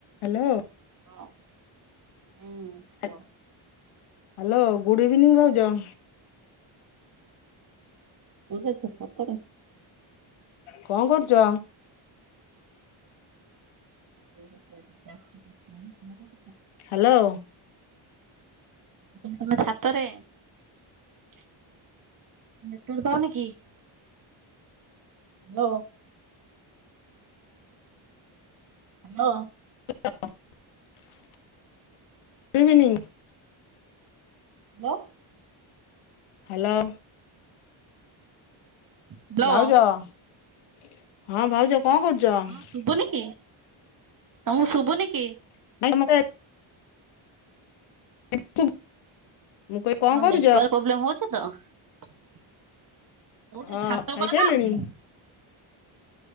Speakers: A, on the left; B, on the right.
A: Hello.
B: ହଁ। ହୁଁ କୁହ।
A: ଆ ହାଲୋ ଗୁଡ ଇଭିନିଙ୍ଗ ଭାଉଜ।
B: ହୁଁ <unintelligible> ସତରେ।
A: କଣ କରୁଛ?
B: <inaudible>
A: ହାଲୋ।
B: ତମେ ଛାତରେ ନେଟ ପାଉନି କି ହ୍ୟାଲୋ ହ୍ୟାଲୋ।
A: <unintelligible>
B: <unintelligible>
A: ହ୍ୟାଲୋ।
B: ହ୍ୟାଲୋ
A: ଭାଉଜ ହଁ ଭାଉଜ କଣ କରୁଛ?
B: ହଁ ଶୁଭୁନି କି ତମୁକୁ ଶୁଭୁନି କି?
A: <unintelligible> <unintelligible> ମୁଁ କହିଲି କଣ
B: ମର
A: କରୁଛ
B: ନେଟୱର୍କ ପ୍ରୋବ୍ଲେମ ହଉଛି ତ କୋଉଠି
A: ଅ
B: ଛାତ
A: ଖାଇସାରିଲେଣି
B: ଉପରେ ନା କି?